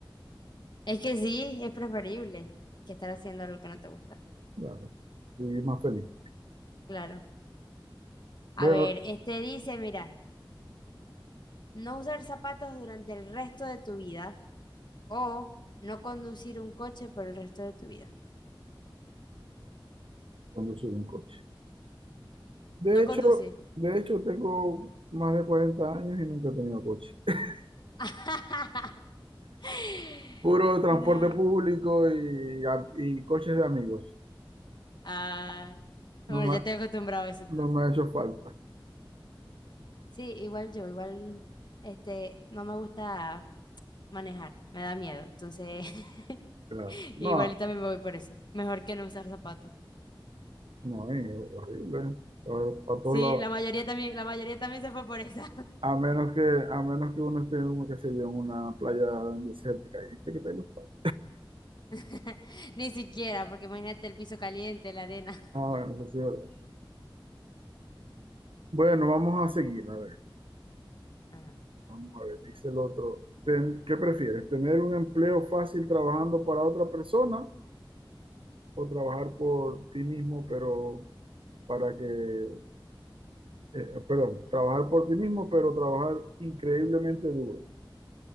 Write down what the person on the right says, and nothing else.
Claro, vivir más feliz.
Bueno,
conducir un coche. De
hecho,
de hecho, tengo más de 40 años y nunca he tenido coche. <laughs>
Puro transporte
público y, a- y coches de amigos.
No me,
ha-
no me ha hecho falta.
Claro. No,
no, es horrible. Para todos
lados.
A menos que, a menos que uno esté en, una, qué sé yo, en una playa desértica. Y que tengo zapatos.
Ah, bueno, eso sí es verdad. Bueno, vamos a seguir. A ver,
vamos a ver, dice el otro. Ten- ¿qué prefieres? ¿Tener un empleo fácil trabajando para otra persona? o trabajar por ti mismo, pero para que, eh, eh, perdón, trabajar por ti mismo, pero trabajar increíblemente duro.